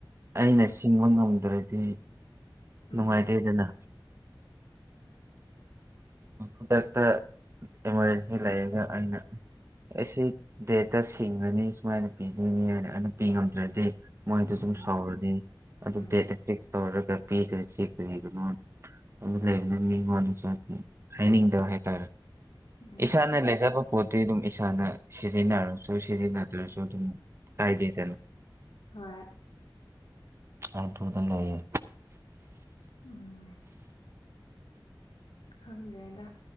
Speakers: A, on the right (about 35°); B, on the left (about 85°).
A: ꯑꯩꯅ ꯁꯤꯡꯕ ꯉꯝꯗ꯭ꯔꯗꯤ
B: ꯎꯝ
A: ꯅꯨꯡꯉꯥꯏꯇꯦꯗꯅ ꯈꯨꯗꯛꯇ ꯏꯃꯥꯔꯖꯦꯟꯁꯤ ꯂꯩꯔꯒ ꯑꯩꯅ꯫ ꯑꯩꯁꯤ ꯗꯦꯠꯇ ꯁꯤꯡꯉꯅꯤ ꯁꯨꯃꯥꯏꯅ ꯄꯤꯗꯣꯏꯅꯤ ꯍꯥꯏ ꯑꯗꯨ ꯄꯤ ꯉꯝꯗ꯭ꯔꯗꯤ ꯃꯣꯏꯗꯤ
B: ꯎꯝ
A: ꯁꯏꯗꯤ꯫
B: ꯎꯝ
A: ꯇꯧꯔꯒ ꯄꯤꯗ꯭ꯔꯁꯤ ꯀꯔꯤꯒꯤꯅꯣ ꯑꯗꯨ ꯂꯩꯕꯅ ꯃꯤꯉꯣꯟꯗꯁꯨ꯫ ꯍꯥꯏꯅꯤꯡꯗꯕ ꯍꯥꯏꯇꯥꯔꯦ
B: ꯎꯝ
A: ꯏꯁꯥꯅ ꯂꯩꯖꯕ ꯄꯣꯠꯇꯤ ꯑꯗꯨꯝ ꯏꯁꯥꯅ ꯁꯤꯖꯤꯟꯅꯔ꯫ ꯆꯁꯤꯁꯤ ꯅꯇ꯭ꯔ ꯁꯣ ꯀꯥꯏꯗꯦ ꯇꯅ
B: ꯍꯣꯏ
A: ꯑ ꯇꯕꯨꯗ ꯂꯩꯏꯌꯦ꯫
B: ꯎꯝ ꯈꯪꯗ꯭ꯔꯦꯗ